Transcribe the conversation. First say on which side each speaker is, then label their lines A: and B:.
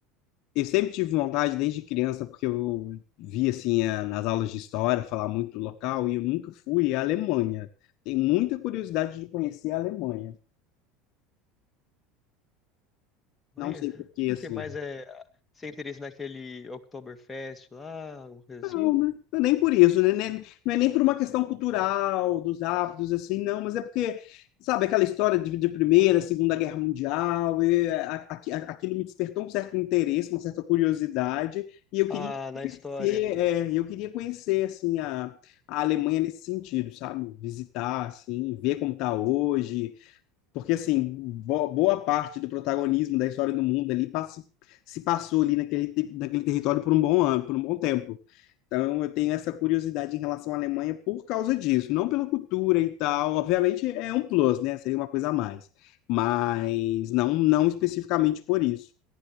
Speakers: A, on the left (about 60°); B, on the left (about 15°).
A: eu sempre tive vontade desde criança, porque eu vi assim a- nas aulas de história falar muito local e eu nunca fui à Alemanha. Tenho muita curiosidade de conhecer a Alemanha.
B: Amanhã?
A: Não sei por que
B: Porque
A: assim.
B: mais é sem interesse naquele Oktoberfest lá, alguma coisa assim?
A: Não, né? Não é Nem por isso, né? Nem- Não é nem por uma questão cultural, dos hábitos, assim, não, mas é porque, sabe, aquela história de, de Primeira, Segunda Guerra Mundial, e a- a- aquilo me despertou um certo interesse, uma certa curiosidade, e eu queria
B: Ah, na
A: conhecer,
B: história.
A: é, eu queria conhecer, assim, a, a Alemanha nesse sentido, sabe? Visitar, assim, ver como está hoje, porque, assim, bo- boa parte do protagonismo da história do mundo ali passe- se passou ali naquele, te- naquele território por um bom ano, por um bom tempo. Então, eu tenho essa curiosidade em relação à Alemanha por causa disso, não pela cultura e tal. Obviamente, é um plus, né? Seria uma coisa a mais. Mas não, não especificamente por isso.